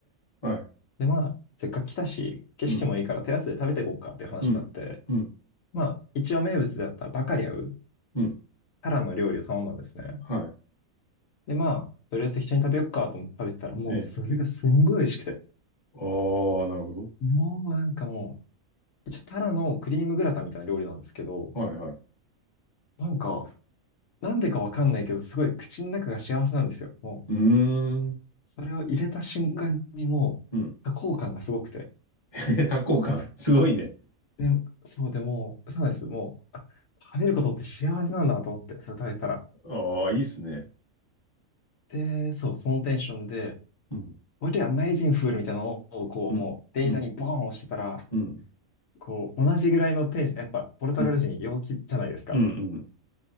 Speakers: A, on the left; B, on the left.
A: はい。
B: で、まあ、せっかく来たし、景色もいいからテラスで食べていこうかっていう話になって、
A: うん、うん、うん、
B: まあ、一応名物であったバカリャウ、
A: うん、
B: タラの料理を頼んだんですね。
A: はい。
B: で、まあ、とりあえず適当に食べよっかと思って食べてたら、もうそれがすんごい美味しくて。
A: ええ。ああ、なるほど。
B: もうなんかもう、一応タラのクリームグラタンみたいな料理なんですけど、
A: はいはい。
B: なんか、なんでかわかんないけど、すごい口の中が幸せなんですよ。も
A: うーん、
B: う、それを入れた瞬間にもう、
A: うん。
B: 多幸感がすごくて。
A: <laughs> 多幸感、すごいね。
B: で、そうでもう、そうなんです。もう、あ食べることって幸せなんだと思って、それ食べてたら、
A: ああ、いいっすね。
B: で、そう、そのテンションで、
A: うん、
B: What an amazing food! みたいなのを、こう、
A: うん、
B: もう、店員さんにボーン押してたら、
A: うん、うん、
B: こう、同じぐらいのテンション、やっぱ、ポルトガル人陽気じゃないですか。
A: うん、うん、うん、